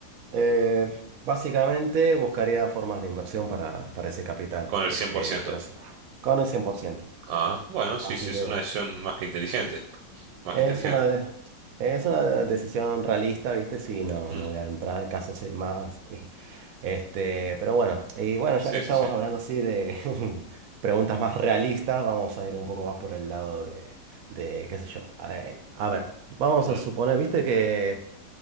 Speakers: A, on the right (about 70°); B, on the right (about 85°).
A: eh, Básicamente buscaría formas de inversión para, para ese capital,
B: con el
A: este,
B: cien por ciento.
A: pero sí, con el 100%.
B: Ah, bueno, sí,
A: Así
B: sí, es
A: que
B: una
A: bueno.
B: decisión más que inteligente, más
A: Es
B: que inteligente.
A: una, de- es una de- decisión realista, ¿viste? Sí, no,
B: Mm,
A: no voy a entrar en casos eh, más. eh, Este, pero bueno, y bueno,
B: sí,
A: ya que estamos
B: sí, sí.
A: hablando así de <laughs> preguntas más realistas, vamos a ir un poco más por el lado de, de qué sé yo. A, eh, a ver, vamos
B: Ujú.
A: a suponer, ¿viste que